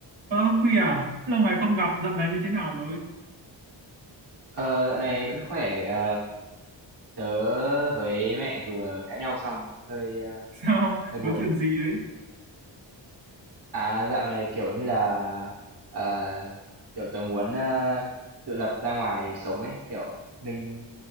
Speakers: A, on the right; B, on the right.
A: Ơ, Huy à, lâu ngày không gặp, dạo này như thế nào rồi? <laughs>
B: Ờ, dạo này vẫn khỏe. Ờ, tớ với mẹ vừa cãi nhau xong, hơi ờ,
A: Sao?
B: hơi buồn.
A: Có chuyện gì ấy?
B: À, dạo này kiểu như là ờ, kiểu tớ muốn ờ, tự lập ra ngoài sống ấy, kiểu mình